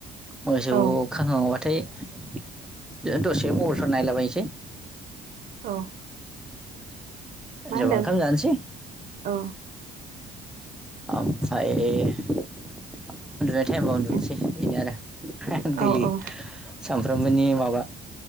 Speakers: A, in the centre; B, on the right.
A: मोसौ
B: औ
A: खाखांबाथाय दसे मबेलफोर नायलाबायनोसै।
B: औ।
A: लाइमोन
B: मा होनदों
A: जाबा ओंखाम जानोसै।
B: औ
A: ओमफ्राय उन्दुनाय थाइमाव उन्दुनोसै
B: उम
A: बेनो आरो <unintelligible> देइलि
B: औ औ
A: सामफ्रोमबोनि माबा